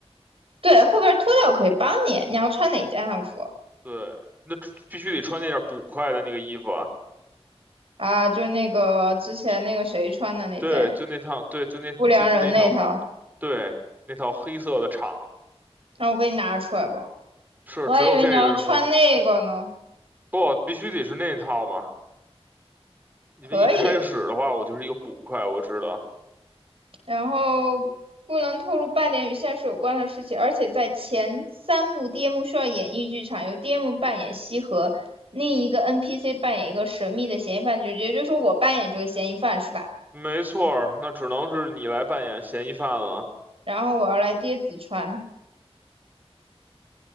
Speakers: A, on the right; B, on the right.
A: 对，后边脱掉我可以帮你，你要穿哪件汉服
B: 对，那必须得穿那件捕快的那个衣服啊，
A: 啊？就那个之前那个谁穿的那件
B: 就对，就那套，对，就那就那套，
A: 不良人那条，
B: 对，那套黑色的长，
A: 那我给你拿出来吧。
B: 是只有这个是可
A: 我还以为你要穿那个呢，
B: 不，必须得是那套嘛，因为一开始的话我就是一个捕快，
A: 可以，
B: 我知道，
A: 然后不能透露半点与现实有关的事情，而且在前三幕，d m 需要演绎剧场，由 D.M. 扮演西河，另一个 NPC 扮演一个神秘的嫌疑犯，就也就是说我扮演这个嫌疑犯是吧？
B: 没错儿，那只能是你来扮演嫌疑犯了，
A: 然后我要来跌纸船，